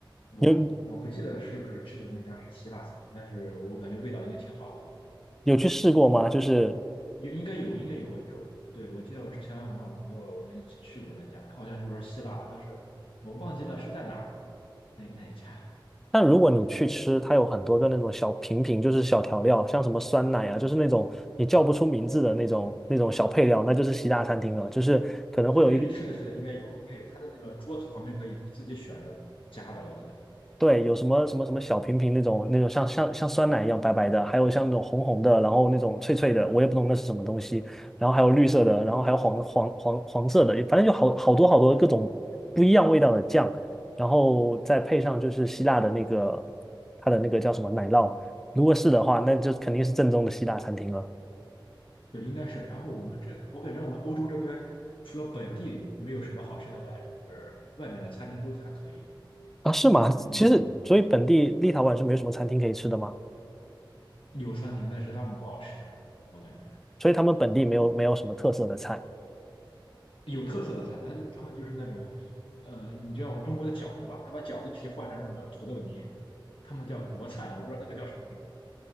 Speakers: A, on the left; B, in the centre.
A: 我我不记得是不是吃的那家是希腊餐，
B: 有
A: 但是我感觉味道应该挺好的，
B: 有去试过吗？就是，
A: 也应该有，应该有。我就对我记得我之前好像我朋友我们一起去过那家，他好像就说希腊的，但是我忘记了是在哪儿那那一家。<laughs>
B: 但如果你去吃，它有很多个那种小瓶瓶，就是小调料，像什么酸奶啊，就是那种你叫不出名字的那种那种小配料，那就是西大餐厅了。就是可能会有一个
A: 对对，是的，是的，应该有，应该有。他的那个桌子旁边可以自己选的加的，我记得。
B: 对，有什么什么什么小瓶瓶那种那种像像像酸奶一样白白的，还有像那种红红的，然后那种脆脆的，我也不懂那是什么东西。然后还有绿色的，然后还有黄黄黄黄色的，反正就好好多好多各种不一样味道的酱，然后再配上就是希腊的那个它的那个叫什么奶酪，如果是的话，那就肯定是正宗的希腊餐厅了。
A: 对，应该是。然后我们这，我感觉我们欧洲这边除了本地没有什么好吃的外，就是外面的餐厅都还可以。
B: 啊，是吗？
A: 嗯，
B: 其实所以本地立陶宛是没有什么餐厅可以吃的吗？
A: 有餐厅，但是他们不好吃，我感觉
B: 所以他们本地没有没有什么特色的菜。
A: 有特色的餐，但是他们就是那种，呃，你知道我们中国的饺子吧？他把饺子皮换成那个土豆泥，他们叫国菜，我不知道那个叫什么名字，